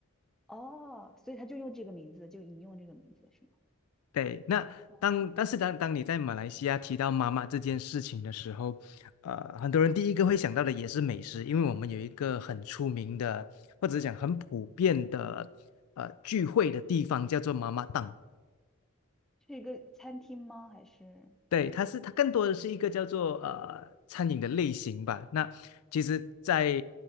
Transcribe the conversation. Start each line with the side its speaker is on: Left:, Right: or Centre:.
Centre: 哦，所以他就用这个名字，就引用这个名字是吗
Left: 对，那当但是当当你在马来西亚提到妈妈这件事情的时候，
Centre: 哦？OK，
Left: 呃，很多人第一个会想到的也是美食，因为我们有一个很出名的，或者是讲很普遍的呃聚会的地方叫做妈妈档。
Centre: 是一个餐厅吗？还是
Left: 对，它是它更多的是一个叫做呃餐饮的类型吧。那其实，在